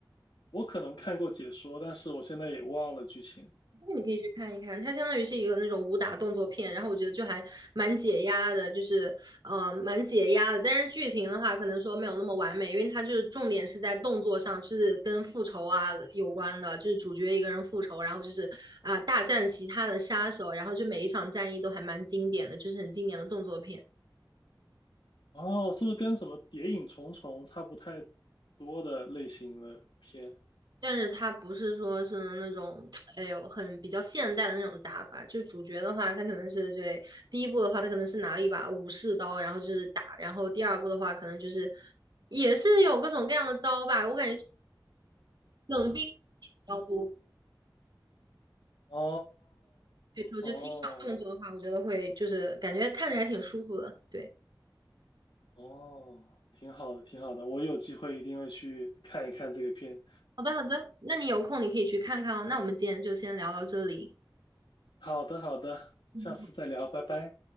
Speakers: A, on the left; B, on the right.
A: 我可能看过解说，但是我现在也忘了剧情。
B: 这个你可以去看一看，它相当于是一个那种武打动作片，然后我觉得就还蛮解压的，就是呃蛮解压的。但是剧情的话，可能说没有那么完美，因为它就是重点是在动作上，是跟复仇啊有关的，就是主角一个人复仇，然后就是啊、大战其他的杀手，然后就每一场战役都还蛮经典的，就是很经典的动作片。
A: 哦，是不是跟什么《谍影重重》差不太多的类型的片？
B: 但是它不是说是那种，<tsk> 哎呦，很比较现代的那种打法。就主角的话，他可能是对第一部的话，他可能是拿了一把武士刀，然后就是打；然后第二部的话，可能就是也是有各种各样的刀吧。我感觉冷兵器比较多，
A: 哦
B: 所以说就欣赏动作的话，
A: 哦
B: 我觉得会就是感觉看着还挺舒服的。对，
A: 哦，挺好的，挺好的，我有机会一定会去看一看这个片。
B: 好的好的，那你有空你可以去看看哦。那我们今天就先聊到这里，
A: 好的，好的，
B: 嗯
A: 下次再聊，拜拜。